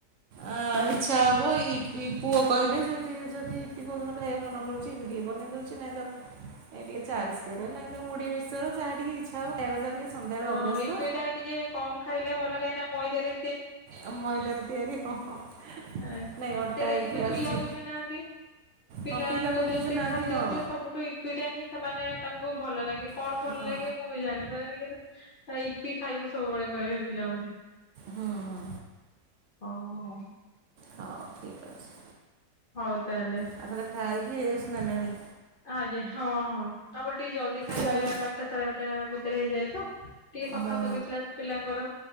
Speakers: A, on the right (about 70°); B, on the left (about 60°).
A: ଆ ଇଚ୍ଛା ହବ ଇପି ପୁଅ କହିଲେ ଯ ଯଦି ଇପି କୋଉ ଦିନ ଖାଇବାକୁ ମନ କରୁଛି ଇପି ବନେଇ ଦଉଛି ନାଇଁ ତ ଏଇ ଟିକେ ଚା ବିସ୍କେଟ ହେଲା ଏମିତି ମୁଢି ମିକ୍ସଚର ଯାହା ଟିକେ ଇଛା ହବ ଖାଇବା କଥା ଟିକେ। ସନ୍ଧ୍ୟାବେଳେ
B: ହଁ
A: ଅଭ୍ୟାସ
B: ଇପିଟା
A: ତ।
B: ଟିକେ କମ ଖାଇଲେ ଭଲ କାଇକିନା ମଇଦାରେ
A: ଆଉ ମଇଦା ରେ ତିଆରି ହଁ। ହଁ
B: ଆ ସେଇଟା
A: ନାଇଁ ଅଟା ଇପି
B: କିନ୍ତୁ
A: ଆସୁଛି
B: ପିଲା ବୁଝୁନାହାନ୍ତି। ପିଲାଙ୍କୁ
A: ହଁ ପିଲା ବା
B: ଯେତେ
A: ବୁଝୁନାହାନ୍ତି
B: ଖାଦ୍ୟ
A: ହଁ
B: ଦିଅ ସବୁଠୁ ଇପିଟା ହିଁ ସେମାନେ ତାଙ୍କୁ ଭଲ ଲାଗେ କଣ
A: ହଁ।
B: ଭଲ ଲାଗେ ମୁଁ ଜାଣିପାରେନି କିନ୍ତୁ ଇିପି ଖାଇବୁ। ସବୁବେଳେ କହିବେ ପିଲାମାନେ
A: ହୁଁ ହୁଁ
B: ଓ ହୋ।
A: ହଉ ଠିକ ଅଛି।
B: ହଉ। ତାହେଲେ।
A: ଆଉ ତାହେଲେ ଖାାଇକିି ରେଷ୍ଟ ନେଲେଣି?
B: ଆଜ୍ଞା ହଁ ହଁ ଆମର ଟିକେ ଜଲଦି ଖାଇବା
A: ଜଲ୍ଦି
B: ବାରଟା ସାଢେ ବାରଟା ଭିତରେ ହେଇଯାଏ। ତ। ଟିକେ ସଫା
A: ହଁ
B: ସଫିଥିଲା ପିଲାଙ୍କର